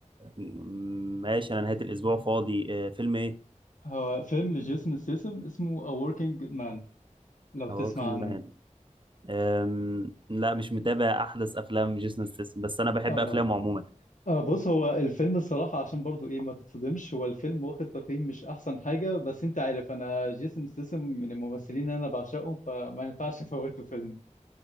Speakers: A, on the right; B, on the left.
A: م- ماشي انا نهاية الاسبوع فاضي آه، فيلم ايه
B: هو فيلم لجيسون ستاثام اسمه A Working Man لو
A: A
B: تسمع
A: Working
B: عنه
A: Man أم... لا مش متابع احدث افلام جيسون ستاثام بس انا بحب
B: آه.
A: افلامه عموما
B: آه بص هو الفيلم الصراحة عشان برضو ايه ما تتصدمش هو الفيلم واخد تقييم مش أحسن حاجة بس أنت عارف أنا جيسون ستاثام من الممثلين اللي أنا بعشقه فما ينفعش <laughs> أفوته فيلم